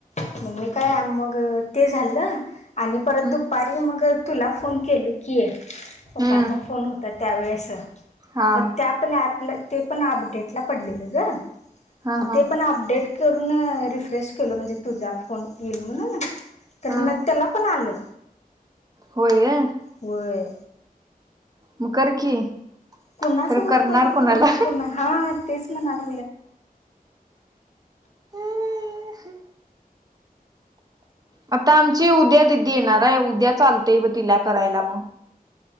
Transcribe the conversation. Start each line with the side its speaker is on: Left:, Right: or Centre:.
Left: मग् मी काय मग ते झालं आणि परत
Right: हम्म
Left: दुपारी मग तुला फोन केलो की. की आहे पप्पांचा
Right: हम्म
Left: फोन होता त्यावेळेस
Right: हा
Left: मग त्या पण ॲपला ते पण अपडेटला पडलेलं ग
Right: हा हा
Left: ते पण अपडेट करून रिफ फ्रेश केलो म्हणजे तुझा फोन येईल म्हणुन तर
Right: हा
Left: त्याला पण आलं.
Right: होय ये
Left: होय
Right: मग कर की.
Left: कुणासोबत
Right: खरं करणार
Left: करू
Right: कोणाला
Left: हा कोणा तेच म्हणाला
Right: हम् <unintelligible> आता आमची उद्या दिदी येणार आहे उद्या चालतय ब तिला करायला मग.